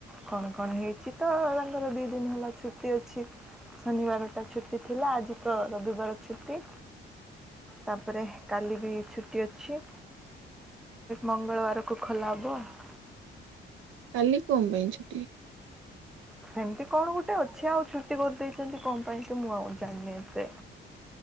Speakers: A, in the centre; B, on the right.
A: କଣ କଣ ହେଇଛି ତ ତାଙ୍କର ଦି ଦିନ ହେଲା ଛୁଟି ଅଛି। ଶନିବାର ଟା ଛୁଟି ଥିଲା ଆଜି ତ ରବିବାର ଛୁଟି। ତାପରେ କାଲି ବି ଛୁଟି ଅଛି। ମଙ୍ଗଳବାରକୁ ଖୋଲା ହବ ଆଉ।
B: କାଲି କ ଣ ପାଇଁ ଛୁଟି?
A: ସେମିତି କଣ ଗୋଟେ ଅଛି ଆଉ ଛୁଟି କରିଦେଇଛନ୍ତି କଣ ପାଇଁ କି ମୁଁ ଆଉ ଜାଣିନି ଏତେ।